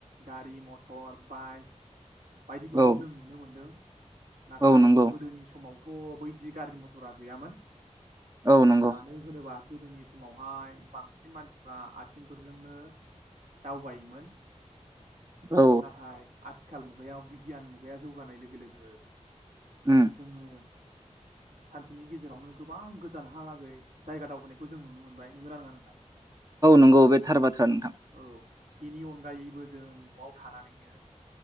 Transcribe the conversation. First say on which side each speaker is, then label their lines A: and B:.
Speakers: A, on the right; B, on the right.
A: गारि मथर बाइक बायदिफोरखौ
B: औ
A: जों नुनो मोनदों नाथाय
B: औ नंगौ
A: गोदोनि समावथ बैदि गारि मथरा गैयामोन
B: औ नंगौ
A: मानो होनोबा गोदोनि समावहाय बांसिन मानसिफ्रा आथिंफोरजोंनो दावबायोमोन।
B: औ
A: नाथाय आथिं थिखाल मुगायाव बिगियान मुगायाव जौगानाय लोगो लोगो
B: उम
A: जोङो सानसेनि गेजेरावनो गोबां गोजानहालागै जायगा दावबायनायखौ जों नुनो मोनबाय नोंगोना नोङा नोंथां।
B: नंगौ बे थार बाथ्रा नोंथां।
A: औ बेनि अनगायैबो जों नआव थानानैनो